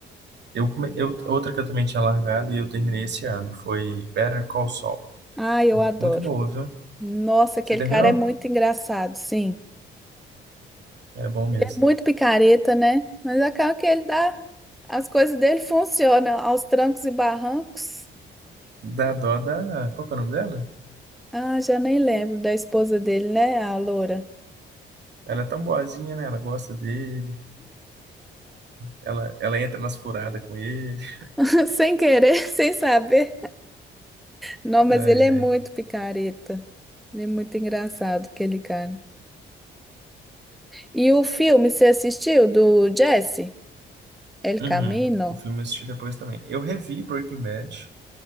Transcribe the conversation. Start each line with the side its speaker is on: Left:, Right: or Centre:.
Right: eu, come- eu, outra que eu também tinha largado e eu terminei esse ano foi Better Call Saul.
Centre: Ah, eu adoro.
Right: Muito boa, viu?
Centre: Nossa, aquele
Right: Você terminou?
Centre: cara é muito engraçado, sim.
Right: É, é bom mesmo.
Centre: Ele é muito picareta, né? Mas acaba que ele dá. As coisas dele funcionam aos trancos e barrancos.
Right: Dá dó da. Qual que é o nome dela?
Centre: Ah, já nem lembro da esposa dele, né? A loura.
Right: Ela é tão boazinha, né? Ela gosta dele. Ela, ela entra nas furadas com ele.
Centre: <laughs> Sem querer, sem saber. Não,
Right: <laughs>
Centre: mas
Right: Ai,
Centre: ele é
Right: ai.
Centre: muito picareta. Ele é muito engraçado, aquele cara. E o filme, você assistiu do Jesse? El
Right: Uhum.
Centre: Camino?
Right: O filme eu assisti depois também. Eu revi Breaking Bad.